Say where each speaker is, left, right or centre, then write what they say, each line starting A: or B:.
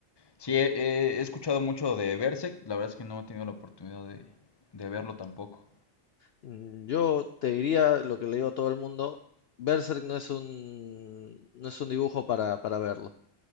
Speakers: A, on the left; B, on the left.
A: Sí, he, he- he escuchado mucho de Berserk. La verdad es que no he tenido la oportunidad de, de verlo tampoco.
B: Mm, Yo te diría lo que le digo a todo el mundo, Berserk no es un, no es un dibujo para, para verlo.